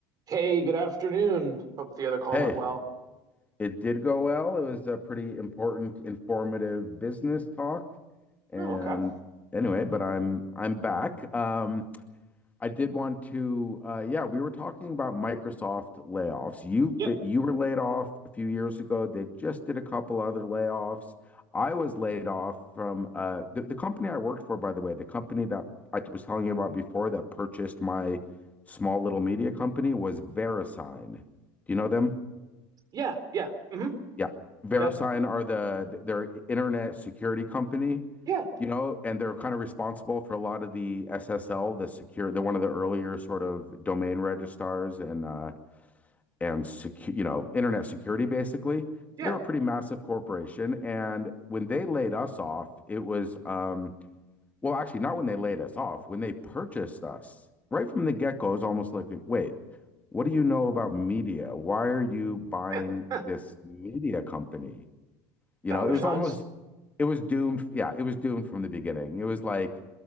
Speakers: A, on the right; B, on the left.
A: Hey, good afternoon. Hope the other call
B: Hey,
A: went well.
B: it did go well. It was a pretty important, informative business talk. And
A: Oh, okay.
B: anyway, but I'm I'm back. Um, I did want to uh, yeah, we were talking about Microsoft layoffs. You
A: Yep.
B: you were laid off a few years ago. They just did a couple other layoffs. I was laid off from uh, the, the company I worked for, by the way, the company that I was telling you about before that purchased my small little media company was VeriSign. Do you know them?
A: Yeah. Yeah. hmm
B: Yeah. VeriSign
A: Yep.
B: are the their internet security company,
A: Yeah.
B: you know, and they're kind of responsible for a lot of the SSL, the secure, they're one of the earlier sort of domain registrars and uh and secure, you know, internet security basically.
A: Yeah.
B: So they are a pretty massive corporation. And when they laid us off, it was um well, actually not when they laid us off, when they purchased us. Right from the get-go, it was almost like, wait, what do you know about media? Why are you buying
A: <laughs> Huh. huh.
B: this media company? You
A: Dollar
B: know, it was
A: signs.
B: almost it was doomed. Yeah, it was doomed from the beginning. It was like